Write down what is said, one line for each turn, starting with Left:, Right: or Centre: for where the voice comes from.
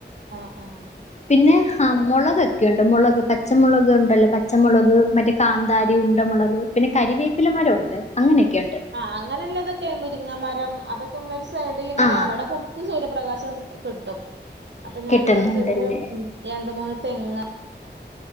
Right: ആഹ് ആഹ്
Left: പിന്നെ ആ മുളക് ഒക്കുണ്ട് മുളക് പച്ചമുളക് ഉണ്ടല്ലോ പച്ചമുളക് മറ്റേ കാന്താരി ഉണ്ട മുളക് പിന്നെ കരിവേപ്പില
Right: ആഹ്
Left: മരം ഉണ്ട് അങ്ങനെയൊക്കെ ഉണ്ട്
Right: ആഹ് അങ്ങനെയല്ല ഇതൊക്കെയ മുരിങ്ങമരം അതൊക്കെ നമ്മള ഒരു സൈഡിൽ ഇങ്ങനെ
Left: ആഹ്
Right: അവിടെ കുറ സൂര്യപ്രകാശം കിട്ടും അപ്പൊ ഞൻ
Left: കിട്ടുന്നുണ്ടല്ലേ.
Right: കുറച്ച് രണ്ട്മൂന്ന് തെങ്ങ്